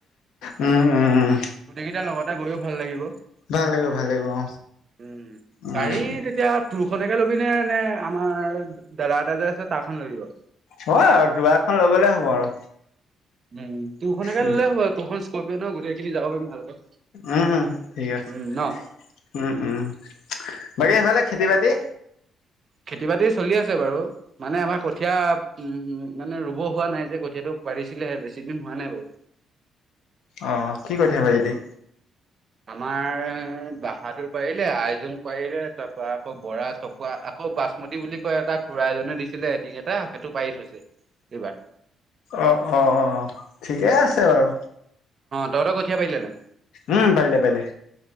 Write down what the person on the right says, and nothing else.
গোটেইকেইটা লগতে গৈও ভাল লাগিব।
উম
গাড়ী যেতিয়া। তোৰখনকে ল'বি নে নে আমাৰ দাদা এটা যে আছে তাৰ খ ল'বি বাও
উম তোৰখনেকে
ললে হ'ব তোৰখন ইস্কপ্ৰিয় নহ গোটেই খিনি যাব পাৰিম ভালকে
উম, ন
খেতি বাতি চলি আছে বাৰু মানে আমাৰ কঠীয়া উম মানে ৰুব হোৱা নাই যে কঠীয়াটো পাৰিছিলেহে বেছি দিন হোৱা নাই বাৰু।
আমাৰ বাহাদুৰ পাৰিলে আইজোং পাৰিলে তাৰ পৰা আকৌ বৰা চকুৱা আকৌ বাচমতী বুলি কয় এটা খুড়া এজনে দিছিলে এটিং এটা সেইটো পাৰি থৈছে এইবাৰ।
তহত কঠিয় পাৰিলে না।